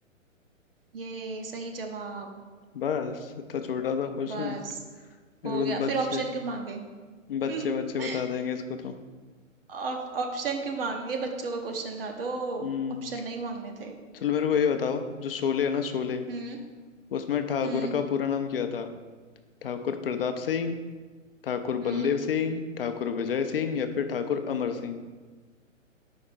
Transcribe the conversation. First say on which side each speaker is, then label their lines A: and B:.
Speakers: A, on the right; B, on the left.
A: ये सही जवाब
B: बस इतना छोटा सा क्वेश्चन
A: बस
B: इसको
A: हो गया
B: तो बच्चे
A: फिर ऑप्शन क्यों मांगे
B: बच्चे
A: <laughs>
B: बच्चे बता देंगे इसको तो
A: ऑप- ऑप्शन क्यों मांगे बच्चों का क्वेश्चन था तो
B: हम्म
A: ऑप्शन नहीं मांगने थे
B: चलो मेरे को ये बताओ जो शोले है ना शोले
A: हम्म
B: उसमें ठाकुर
A: हम्म
B: का पूरा नाम क्या था ठाकुर प्रताप सिंह ठाकुर
A: हम्म
B: बलदेव सिंह ठाकुर विजय सिंह या फिर ठाकुर अमर सिंह